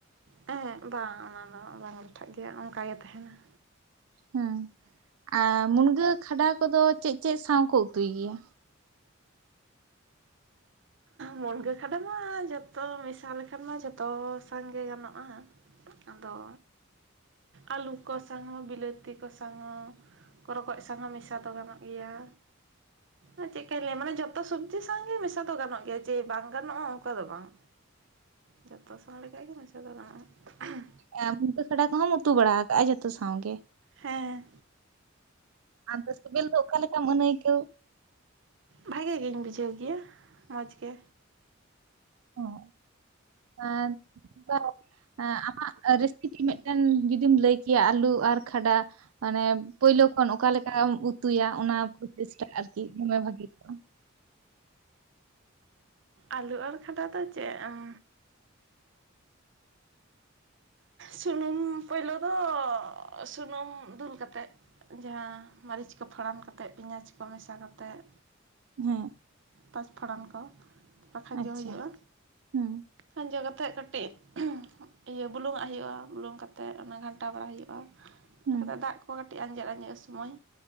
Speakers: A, on the right; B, on the right.
A: ᱮᱦᱮᱸ, ᱵᱟᱝ ᱚᱱᱟ ᱫᱚ ᱵᱟᱝ ᱞᱟᱴᱷᱟᱜ ᱜᱮᱭᱟ ᱚᱱᱠᱟ ᱜᱮ ᱛᱟᱦᱮᱸᱱᱟ।
B: ᱦᱮᱸ᱾ ᱟ ᱢᱩᱱᱜᱟᱹ ᱠᱷᱟᱰᱟ ᱠᱚᱫᱚ ᱪᱮᱫ ᱪᱮᱫ ᱥᱟᱶ ᱠᱚ ᱩᱛᱩᱭ ᱜᱮᱭᱟ?
A: ᱢᱩᱱᱜᱟᱹ ᱠᱷᱟᱰᱟ ᱢᱟ ᱡᱷᱚᱛᱚ ᱢᱮᱥᱟ ᱞᱮᱠᱷᱟᱱ ᱢᱟ ᱡᱷᱚᱛᱚ ᱥᱟᱶᱜᱮ ᱜᱟᱱᱚᱜᱼᱟ। ᱟᱫᱚ, ᱟᱹᱞᱩ ᱠᱚ ᱥᱟᱣ ᱦᱚᱸ, ᱵᱤᱞᱟᱹᱛᱤ ᱠᱚ ᱥᱟᱣ ᱦᱚᱸ᱾ ᱠᱚ ᱨᱚᱠᱚᱡ ᱥᱟᱝ ᱦᱚᱸ ᱢᱮᱥᱟ ᱫᱚ ᱜᱟᱱᱚᱜ ᱜᱮᱭᱟ। ᱟᱨ ᱪᱮᱫ ᱠᱟ. ᱧ ᱞᱟᱹᱭᱟ ᱢᱟᱱᱮ ᱡᱷᱚᱛᱚ ᱥᱚᱵᱽᱡᱤ ᱥᱟᱝᱜᱮ ᱢᱮᱥᱟ ᱛᱚ ᱜᱟᱱᱚᱜ ᱜᱮᱭᱟ ᱡᱮ ᱵᱟᱝ ᱜᱟᱱᱚᱜᱼᱟ ᱚᱱᱠᱟ ᱫᱚ ᱵᱟᱝ। ᱡᱚᱛᱚ ᱥᱟᱝᱱ ᱞᱮᱠᱟ ᱜᱮ ᱢᱮᱥᱟᱹ ᱫᱚ ᱜᱟᱱᱚᱜ-ᱟ ᱦᱟᱸᱜ᱾
B: ᱟ ᱢᱩᱱᱜᱟᱹ ᱠᱷᱟᱰᱟ ᱠᱚᱦᱚᱢ ᱩᱛᱩ ᱵᱟᱲᱟᱣ ᱟᱠᱟᱜ-ᱟ ᱡᱷᱚᱛᱚ ᱥᱟᱸᱶᱜ ᱜᱮ᱾
A: ᱦᱮᱸ᱾
B: ᱟᱫᱚ ᱥᱮᱵᱮᱞ ᱫᱚ ᱚᱠᱟ ᱞᱮᱠᱟᱢ ᱟᱹᱱᱟᱹᱭᱠᱟᱹᱣ?
A: ᱵᱷᱟᱹᱜᱮ ᱜᱮᱧ ᱵᱩᱡᱷᱟᱹᱣ ᱜᱮᱭᱟ ᱢᱚᱡᱽ ᱜᱮ᱾
B: ᱚ ᱟᱨ <unintelligible> ᱟ ᱟᱢᱟᱜ ᱨᱮᱥᱤᱯᱤ ᱢᱤᱫᱴᱮᱱ ᱡᱩᱫᱤᱢ ᱞᱟᱹᱭ ᱠᱮᱭᱟ ᱟᱞᱩ ᱟᱨ ᱠᱷᱟᱰᱟ ᱢᱟᱱᱮ ᱯᱳᱭᱞᱳ ᱠᱷᱚᱱ ᱚᱠᱟᱞᱮᱠᱟᱢ ᱩᱛᱩᱭᱟ ᱚᱱᱟ ᱯᱨᱚᱪᱮᱥᱴᱟᱷ ᱟᱨᱠᱤ ᱫᱚᱢᱮ ᱵᱷᱟᱜᱤ ᱠᱚᱜᱼᱟ᱾
A: ᱟᱹᱞᱩ ᱟᱨ ᱠᱷᱟᱰᱟ ᱫᱚ ᱪᱮᱫ ᱩᱸ ᱥᱩᱱᱩᱢ ᱯᱳᱭᱞᱳ ᱫᱚ ᱥᱩᱱᱩᱢ ᱫᱩᱞ ᱠᱟᱛᱮᱫ ᱡᱟᱦᱟᱸ ᱢᱟᱹᱨᱤᱪ ᱠᱚ ᱯᱷᱚᱲᱟᱱ ᱠᱟᱛᱮᱫ, ᱯᱮᱸᱭᱟᱡᱽ ᱠᱚ ᱢᱮᱥᱟ ᱠᱟᱛᱮᱫ,
B: ᱦᱮᱸ
A: ᱯᱟᱸᱪ ᱯᱷᱚᱲᱟᱱ ᱠᱚ ᱠᱷᱟᱡᱚ
B: ᱟᱪᱪᱷᱟ
A: ᱦᱩᱭᱩᱜᱼᱟ᱾
B: ᱦᱩᱸ
A: ᱠᱷᱟᱸᱡᱚ ᱠᱟᱛᱮᱫ ᱠᱟᱹᱴᱤᱡ ᱤᱭᱟᱹ ᱵᱩᱞᱩᱝ ᱟᱜ ᱦᱩᱭᱩᱜᱼᱟ, ᱵᱩᱞᱩᱝ ᱠᱟᱛᱮᱫ ᱚᱱᱟ ᱜᱷᱟᱱᱴᱟ ᱵᱟᱲᱟ ᱦᱩᱭᱩᱜᱼᱟ᱾
B: ᱦᱩᱸ
A: ᱫᱟᱜ ᱠᱚ ᱠᱟᱹᱴᱤᱡ ᱟᱸᱡᱮᱫ ᱟᱸᱡᱮᱫ ᱥᱚᱢᱚᱭ